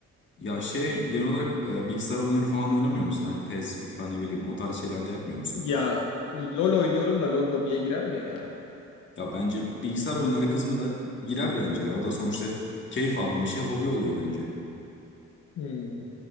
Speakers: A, on the left (about 40°); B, on the left (about 75°).
A: Ya şey genel olarak e, bilgisayar oyunları falan da oynamıyor musun? Hani PES, FIFA ne bileyim o tarz şeyler de yapmıyor musun?
B: Ya LOL oynuyorum da LOL hobiye girer mi ya?
A: Ya bence bilgisayar oyunları kısmı da girer bence ya. O da sonuçta keyif aldığım bir şey hobi oluyor bence.
B: Hmm,